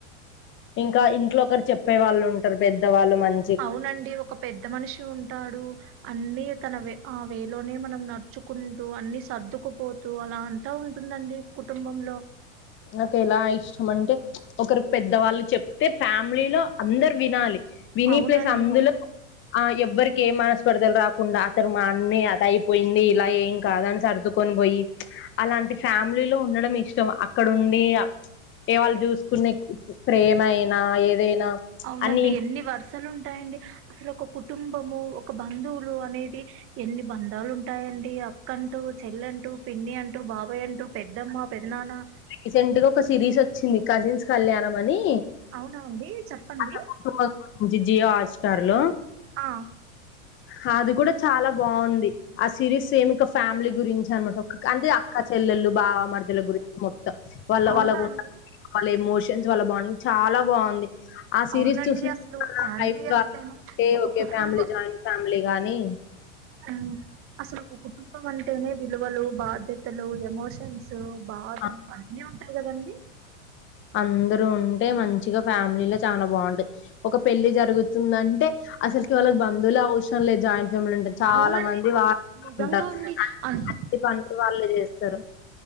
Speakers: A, on the left; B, on the right.
A: ఇంకా ఇంట్లో ఒకరు చెప్పే వాళ్ళు ఉంటారు పెద్ద వాళ్ళు మం
B: అవునండి ఒక పెద్ద మనిషి ఉంటాడు అన్నీ తన వే ఆ వేలోనే మనం నడుచు కుంటూ అన్ని సర్దుకుపోతూ అలా అంతా ఉంటుందండి కుటుంబంలో
A: నాకేలా ఇష్టం అంటే ఒకరు పెద్దవాళ్ళు చెప్తే ఫ్యామిలీలో అందరు వినాలి విని
B: అవునండి
A: ప్లేస్ అందులో ఆ ఎవ్వరికి ఏం మనస్పరిదలు రాకుండా అతను మా అన్ని అద అయిపోయింది ఇలా ఏం కాదని సర్దు కొనిబోయి అలాంటి ఫ్యామిలీ లో ఉండడం ఇష్టం అ అక్కడ ఉండి ఏ వాళ్ళు చూసుకునే ప్రేమ అయినా ఏదైనా
B: అవునండి
A: అన్ని
B: ఎన్ని వర్ సలు ఉంటాయండి అసలు ఒక కుటుంబము ఒక బంధువులు అనేది ఎన్ని బంధాలు ఉంటాయండి అక్కంటూ చెల్లంటూ పిన్ని అంటూ బాబాయ్ అంటూ పెద్దమ్మ పెద్దనాన్న
A: రీసెంట్ గా ఒక సిరీస్ వచ్చింది కజిన్స్ కళ్యాణం అని
B: అవునా అండి చెప్పండి
A: అన్లా కుటుంబం గురించి జియో హాట్ స్టార్ లో
B: ఆ
A: హా అది కూడా చాలా బాగుంది ఆ సిరీస్ సేమ్ ఒక ఫ్యామిలీ గురించి అనమాట అంటే కా చెల్లెళ్ళలు బావ మర్దల గురించి మొత్తం వాళ్ళ
B: అవునా
A: వాళ్ళకు ఉన్న
B: అండి
A: వాళ్ళ ఎమోషన్స్ వాళ్ళ బాండింగ్ చాలా బాగుంది ఆ సిరీస్
B: అవునండి
A: చూసి
B: అసలు
A: నా
B: ఫ్యామిలీ
A: లైఫ్
B: అంటేనే ఒక
A: ఒకే
B: కుటుంబ
A: ఫ్యామిలీ జాయింట్ ఫ్యామిలీ గాని
B: ఆ అసలు ఒక కుటుంబం అంటేనే విలువలు బాధ తలు ఎమోషన్స్ బాధలు
A: అ-
B: అన్నీ ఉంటాయి కదండి
A: అందరు ఉంటే మంచిగా ఫ్యామిలీల చాలా బాగుంటుంది ఒక పెళ్లి జరుగుతుందంటే అసలుకి వాళ్ళకి బంధువులే అవసరం లేదు జాయింట్ ఫ్యామిలీ అంటే చాలా
B: అవునండి
A: మంది వాళ్ళే వాళ్ళుంటారు
B: నిజంగా అండి
A: అన్ని పనులు వాళ్ళే చేస్తారు